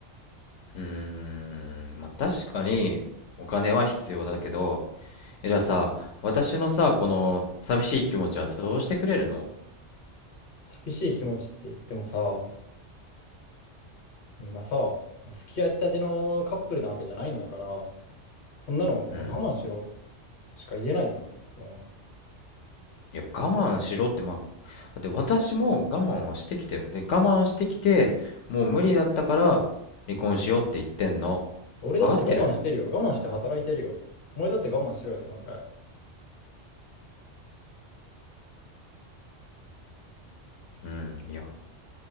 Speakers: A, on the left; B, on the left.
A: うーん、まあ、確かにお金は必要だけど、え、じゃあさ、私のさ、この寂しい気持ちはどうしてくれるの
B: 寂しい気持ちって言ってもさ、そんなさ、付き合いたてのカップルなわけじゃないんだから、そんなの、まあ、
A: うん。
B: 我慢しろとしか言えないよ。も
A: いや、我慢しろって、まあ、だって私も我慢はしてきたよ。で、我慢してきて、もう無理だったから離婚しようって言ってんの。
B: う、俺だって我慢してるよ。
A: わかってる
B: 我慢して働いてるよ。お前だって我慢しろよ、そのくらい。あ
A: うん、いや、